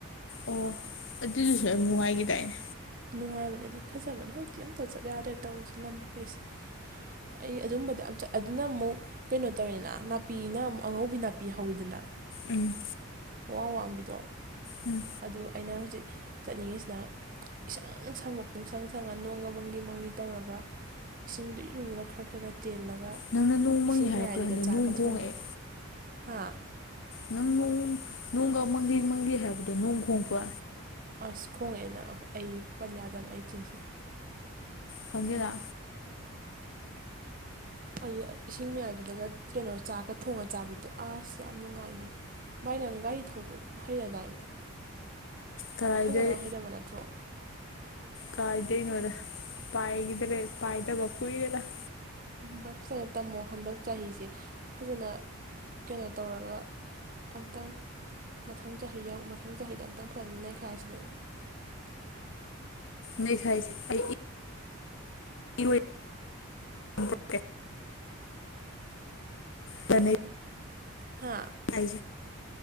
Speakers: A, on the left; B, on the right.
A: ꯑꯣ ꯑꯗꯨꯗꯨꯁꯨ ꯌꯥꯝ ꯅꯨꯡꯉꯥꯏꯈꯤꯗꯥꯏꯅꯦ꯫
B: ꯅꯨꯡꯉꯥꯏꯕꯅꯦ ꯑꯗꯨ ꯐꯖꯕꯅꯦ ꯍꯧꯖꯤꯛꯇꯤ ꯑꯝꯇ ꯆꯠ ꯌꯥꯗ꯭ꯔꯦ ꯇꯧꯔꯤꯁꯦ ꯂꯝꯃꯈꯩꯁꯦ ꯑꯩ ꯑꯗꯨꯝꯕꯗ ꯌꯥꯝ ꯆꯠ ꯑꯗꯨꯅ ꯑꯃꯨꯛ ꯀꯩꯅꯣ ꯇꯧꯋꯤꯗꯅ ꯅꯥꯄꯤꯅ ꯑꯃꯨꯛ ꯑꯉꯧꯕꯤ ꯅꯥꯄꯤ ꯍꯧꯋꯤꯗꯅ
A: ꯎꯝ
B: ꯋꯥ ꯋꯥꯡꯕꯤꯗꯣ
A: ꯎꯝ
B: ꯑꯗꯨ ꯑꯩꯅ ꯍꯧꯖꯤꯛ ꯆꯠꯅꯤꯡꯉꯤꯁꯤꯅ ꯏꯁꯪ ꯁꯪꯕ ꯄꯨꯡ ꯁꯪ ꯁꯪꯉ ꯅꯣꯡꯒ ꯃꯪꯗꯤ ꯃꯪꯗꯤ ꯇꯧꯔꯒ ꯏꯁꯤꯡꯗꯨ ꯏꯔꯨꯂ ꯈ꯭ꯔꯈ꯭ꯔꯒ ꯇꯦꯜꯂꯒ
A: ꯅꯪꯅ ꯅꯣꯡ ꯃꯪꯉꯤ
B: ꯏꯁꯤꯡ
A: ꯍꯥꯏꯔꯛꯄ꯭ꯔꯥ
B: ꯃꯌꯥꯏꯗꯨꯗ
A: ꯈꯪꯗꯦ
B: ꯆꯥꯛꯀ
A: ꯅꯣꯡ ꯈꯣꯡꯉꯛꯑꯦ
B: ꯊꯣꯡꯉꯣ ꯍꯥ
A: ꯅꯪ ꯅꯣꯡ ꯅꯣꯡꯒ ꯃꯪꯒ ꯃꯪꯒꯦ ꯍꯥꯏꯕꯗꯣ ꯅꯣꯡ ꯈꯣꯡꯕ
B: ꯑꯁ ꯈꯣꯡꯉꯛꯦꯅ ꯑꯩ ꯄꯟ ꯌꯥꯗꯕ ꯑꯩ ꯆꯤꯟꯁꯤ꯫
A: ꯈꯪꯗꯦꯗ
B: ꯑꯗꯨ ꯏꯁꯤꯡ ꯃꯌꯥꯏꯕꯤꯗꯒ ꯀꯩꯅꯣ ꯆꯥꯛꯀ ꯊꯣꯡꯉ ꯆꯥꯕꯤꯗꯣ ꯑꯁ ꯌꯥꯝ ꯅꯨꯡꯉꯥꯏꯅꯤ ꯚꯥꯏ ꯅꯪ ꯒꯥꯔꯤ ꯊꯧꯕ ꯍꯩꯔꯗꯥꯏꯅꯦ
A: ꯀꯔꯥꯏꯗꯩ
B: ꯐꯖꯅ ꯍꯩꯔꯕ ꯅꯠꯇ꯭ꯔꯣ
A: ꯀꯥꯏꯗꯩ ꯅꯣꯗ ꯄꯥꯏꯒꯗ꯭ꯔꯦ ꯄꯥꯏꯗꯕ ꯀꯩꯏꯔꯦꯗ
B: ꯚꯥꯏ ꯐꯖꯅ ꯇꯝꯃꯣ ꯍꯟꯗꯛ ꯆꯍꯤꯁꯦ ꯐꯖꯅ ꯀꯩꯅꯣ ꯇꯧꯔꯒ ꯑꯝꯇꯪ ꯃꯊꯪ ꯆꯍꯤ ꯌꯧ ꯃꯊꯪ ꯆꯍꯤꯗ ꯑꯝꯇꯪ ꯐꯖꯅ ꯅꯩꯈꯥꯏꯁꯤꯗꯅ
A: ꯅꯈꯥꯏ ꯑꯩ <unintelligible> ꯇꯅ
B: ꯍꯥ
A: ꯑ